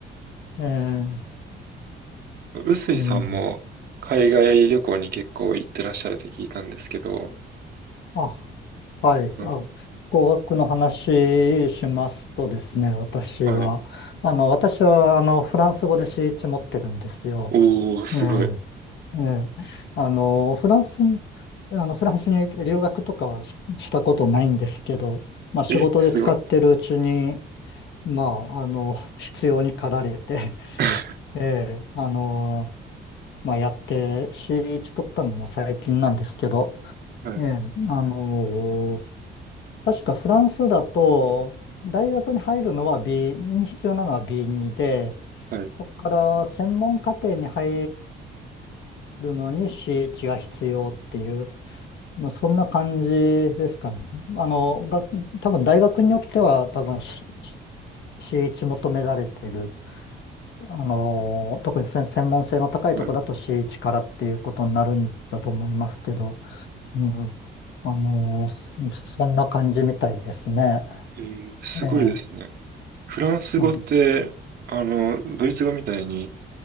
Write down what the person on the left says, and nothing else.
ええ、
うん。あ、はい。
あ、語学の話しますとですね、私は。
あの、私は、あの、フランス語で C1 持ってるんですよ。
ええええ、あの、フランスに、あの、フランスに留学とかはし、したことないんですけど、まあ仕事で使ってるうちに、
まあ、あの、必要に駆られて、
<laughs> ええ、あの、まあやって、C1 取ったのも最近なんですけど、
ええ、あの、確かフランスだと、大学に入るのは B に必要なのは B2 で、
そこから専門課程に入るのに C1 が必要っていう、まあ、そんな感じですかね。あの、が、多分大学によっては多分 C- C1 求められてる。あの、特に専専門性の高いところだと
C1 からっていうことになるんだと思いますけど、うん。あの、そそんな感じみたいですね。
ええ、
うん、